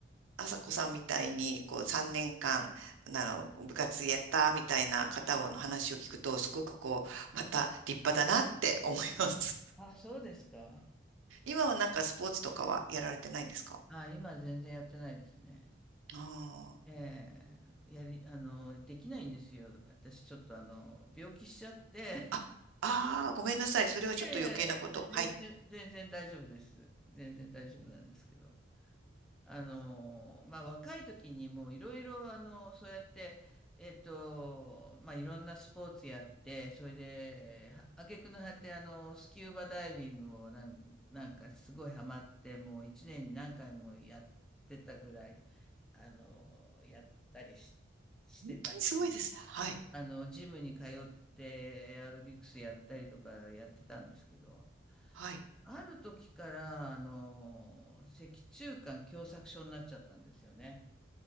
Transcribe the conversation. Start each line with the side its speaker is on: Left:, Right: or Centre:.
Right: 朝子さんみたいにこう3年間あの部活やったみたいな方の話を聞くとすごくこうまた立派だなって思います。
Centre: ああ、そうですか。
Right: <laughs> 今はなんかスポーツとかはやられてないんですか
Centre: ああ、今全然やってないですね。
Right: ああー
Centre: ええ、やり、あの、できないんですよ。私、ちょっと、あの、病気しちゃって
Right: あ、ああ、ごめんなさい。それはちょっと余計なこと。
Centre: いやいやいや、全然、
Right: はい。
Centre: 全然大丈夫です。全然大丈夫なんですけど。あのー、まあ、若い時にもういろいろ、あの、そうやって、えっと、まあ、いろんなスポーツやって、それで、は挙句の果て、あの、スキューバダイビングをなん、なんかすごいハマって、もう一年に何回もやってたぐらい、あの、やったりし、してたし、
Right: 本当にすごいですね。はい。
Centre: あの、ジムに通ってエアロビクスやったりとかやってたんですけど、
Right: はい。
Centre: ある時から、あの、脊柱管狭窄症になっちゃったんですよね。